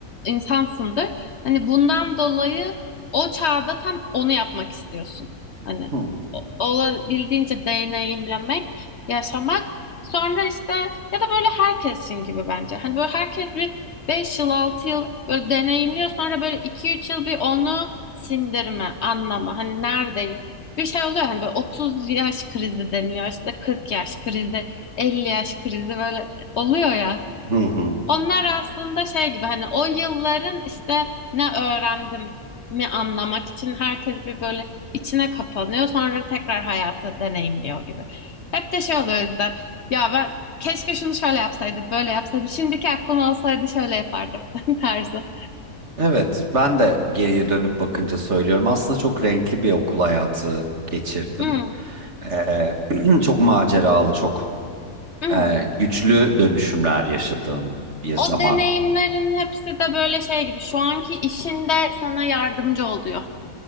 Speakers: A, on the left (about 55°); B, on the right (about 50°).
A: insansındır. Hani bundan dolayı o çağda tam onu yapmak istiyorsun. Hani
B: Hmm.
A: o- olabildiğince deneyimlemek, yaşamak. Sonra işte ya da böyle herkesin gibi bence. Hani böyle herkes bir Beş yıl 6 yıl böyle deneyimliyor sonra böyle iki üç yıl bir onu sindirme anlama hani neredeyim bir şey oluyor hani böyle 30 yaş krizi deniliyor işte 40 yaş krizi 50 yaş krizi böyle oluyor ya
B: Hı hı.
A: onlar aslında şey gibi hani o yılların işte ne öğrendim mi anlamak için herkes bir böyle içine kapanıyor sonra tekrar hayatı deneyimliyor gibi. Hep de şey oluyor o yüzden ya ben keşke şunu şöyle yapsaydım böyle yapsaydım şimdiki aklım olsaydı şöyle yapardım <laughs> tarzı.
B: Evet, ben de geriye dönüp bakınca söylüyorum. Aslında çok renkli bir okul hayatı geçirdim.
A: Hmm,
B: Ee, <clears throat> çok maceralı, çok
A: hmm.
B: e, güçlü dönüşümler yaşadığım bir zaman.
A: O deneyimlerin hepsi de böyle şey gibi şu anki işinde sana yardımcı oluyor